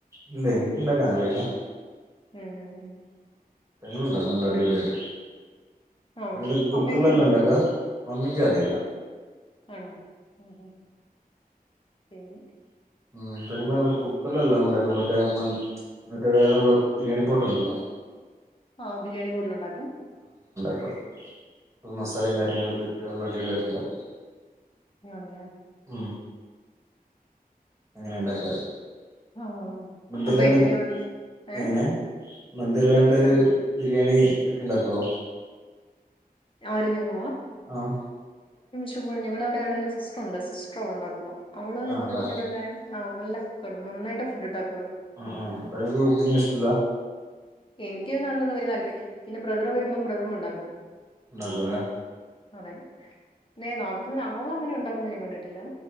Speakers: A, on the right (about 20°); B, on the left (about 35°).
A: ഇല്ല എനിക്കിണ്ടാക്കാനറീല്ല
B: മ്മ്ഹ് ഹ് ഹ്
A: പെങ്ങള്ണ്ടാക്കും നല്ല അടിപൊളിയാട്ട്
B: ആണോ?
A: നിങ്ങള് കുക്കറിലല്ലേ
B: അമ്മയൊക്കെ ഉണ്ടാക്കുവോ?
A: ഉണ്ടാക്കാ മമ്മി എക്കറീല്ല
B: ആണോ ഹ് ഹ് പിന്ന്
A: ഉംഹ് പെങ്ങളാണ്ടേ കുക്കറിലല്ല ഒണ്ടാക്കുന്നെ മറ്റേ മറ്റേ വേറെ നമ്മളെ ബിരിയാണി പോട്ട് ഉണ്ടല്ലോ
B: ആഹ് ബിരിയാണി കൂടലൊണ്ടാക്കും
A: <unintelligible> യ് മസാലേം കാര്യങ്ങളൊക്കെ വെള്ള അടിപൊളി ആയിട്ടോള്ളെ
B: ഞാണല്ലാ
A: ഉംഹ് എങ്ങനിണ്ടാക്കാറ്
B: ആഹ്
A: മന്തില്ലാണ്ട്
B: അപ്പൊ എങ്ങനെയു ഏഹ്
A: എങ്ങനെ മന്തില്ലാണ്ട്
B: എന്താണ്?
A: ബിരിയാണി എക്കിണ്ടാക്കോ
B: ആര് ഞങ്ങളാ
A: ആഹ്ആ
B: <unintelligible> ഞങ്ങളവ്ടാണേലും സിസ്റ്ററുണ്ട് സിസ്റ്ററുണ്ടാക്കും അവള എന്ന്
A: ആണല്ലേ
B: പറഞ്ഞ് <unintelligible> ആ നല്ലകുക്കാണ് നന്നായിട്ട് ഫുഡ്ണ്ടാക്കും
A: ആ ആ തൈര് കൂട്ടുന്നത് ഇഷ്ടല്ല
B: എനിക്ക് തന്നെ അതിലൊന്നും വലിയ താല്പര്യല്ല. പിന്നെ ബ്രദറു വരുമ്പോം ബ്രദറും ഉണ്ടാക്കും
A: ഉണ്ടാക്കുല്ലേ
B: അതെ ന്നെ നാത്തൂന് ആവളങ്ങനെ ഉണ്ടാകന്നത് ഞാൻ കണ്ടിട്ടില്ല